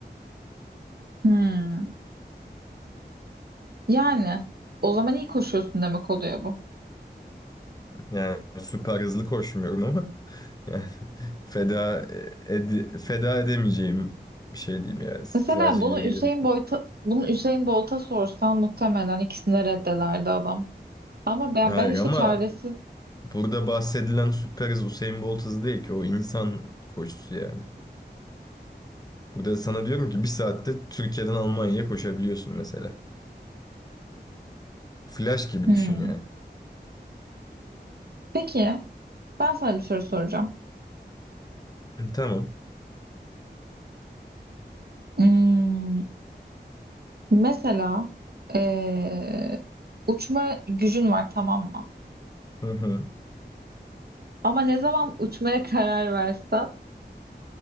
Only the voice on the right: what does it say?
Hmm. Yani o zaman iyi koşuyorsun demek oluyor bu.
Mesela bunu
Hüseyin
Bolt'a bunu Hüseyin Bolt'a sorsan muhtemelen ikisini de reddederdi adam. Ama ben,
ben işte
çaresiz.
Hmm.
Peki ben sana bir soru soracağım.
Hmm. Mesela eee, uçma gücün var tamam mı?
Ama ne zaman uçmaya <laughs> karar versen